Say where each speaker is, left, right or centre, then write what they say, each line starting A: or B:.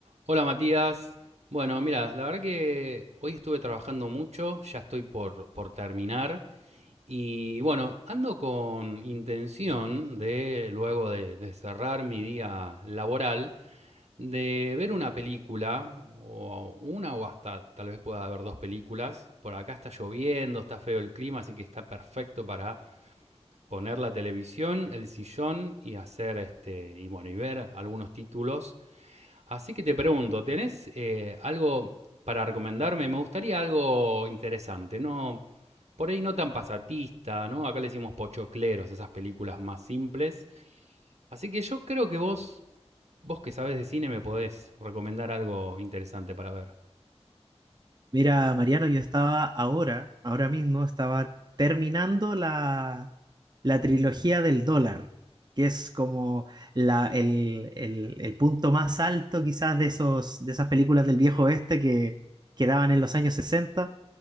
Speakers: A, on the right; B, on the right.
A: Hola Matías. Bueno, mira, la verdad que hoy estuve trabajando mucho, ya estoy por, por terminar y bueno, ando con intención de, luego de, de cerrar mi día laboral, de ver una película o una o hasta tal vez pueda haber dos películas. Por acá está lloviendo, está feo el clima, así que está perfecto para poner la televisión, el sillón y hacer este y bueno, y ver algunos títulos. Así que te pregunto, ¿tenés eh, algo para recomendarme? Me gustaría algo interesante, ¿no? Por ahí no tan pasatista, ¿no? Acá le decimos pochocleros, esas películas más simples. Así que yo creo que vos, vos que sabes de cine, me podés recomendar algo interesante para ver.
B: Mira, Mariano, yo estaba ahora, ahora mismo, estaba terminando la, la trilogía del dólar, que es como la, el, el- el punto más alto quizás de esos, de esas películas del viejo oeste que, que daban en los años 60,